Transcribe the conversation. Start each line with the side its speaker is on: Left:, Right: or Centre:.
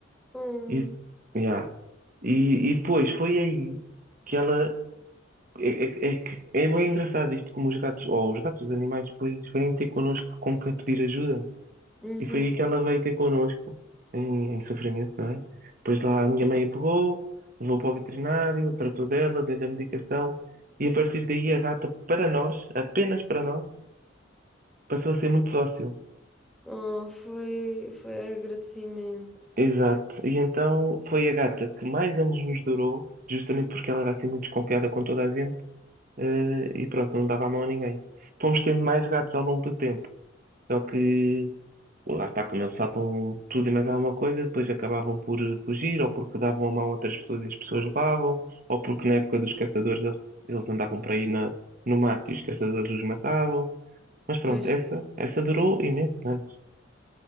Centre: Hum,
Right: E, yeah. E, e depois foi aí que ela. É, é, é, que- é bem engraçado isto, como os gatos, ou os gatos, os animais, depois vêm ter connosco como que a pedir ajuda.
Centre: Uhum.
Right: E foi aí que ela veio ter connosco, em, em sofrimento, não é? Depois lá a minha mãe a pegou, levou para o veterinário, tratou dela, deu-lhe a medicação, e a partir daí a gata, para nós, apenas para nós, passou a ser muito dócil.
Centre: Oh, foi, foi agradecimento.
Right: Exato. E então foi a gata que mais anos nos durou, justamente porque ela era assim muito desconfiada com toda a gente, eh, e pronto, não dava a mão a ninguém. Fomos tendo mais gatos ao longo do tempo, só que lá está, como eles saltam tudo e mais alguma coisa, depois acabavam por eh, fugir, ou porque davam a mão a outras pessoas e as pessoas levavam, ou porque na época dos caçadores eles, eles andavam por aí na, no mato e os caçadores os matavam. Mas pronto,
Centre: Pois,
Right: essa, essa durou imensos anos.